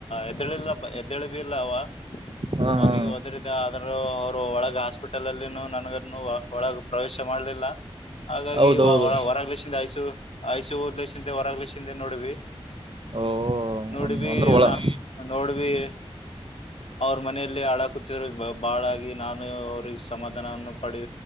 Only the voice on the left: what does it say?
ಎದ್ದಳಿಲ್ಲ ಎದ್ದಳಿ ಭ ಇಲ್ಲ ಅವ
ಅವ್ನಿಗೆ
ಒದ್ರಿದ್ದ ಆದ್ರೂ ಅವರು ಒಳಗ ಹಾಸ್ಪಿಟ್ಲ್ ನನಗ ಒಳಗ ಪ್ರವೇಶ ಮಾಡ್ಲಿಲ್ಲ ಹಾಗಾಗಿ
ಹೊರಗ್್ಲಷಿಂದ ಆಯಸು ಆಐ್ು ಓದ್ಲೆಕ್ಷಿಂದೆ ಹೊರಗ್ಲಕ್ಷಿಂದೆ ನೋಡ್ವಿ
ನೋಡ್ವಿ
ಅವನ
ನೋಡ್ವಿ ಅವ್ರ ಮನೆಯಲ್ಲಿ ಅಳ ಕುತ್ತಿರೋ ಬಾಳಾಗಿ ನಾನು ಅವ್ರ ಸಮಾಧಾನವನ್ನು ಪಡಿ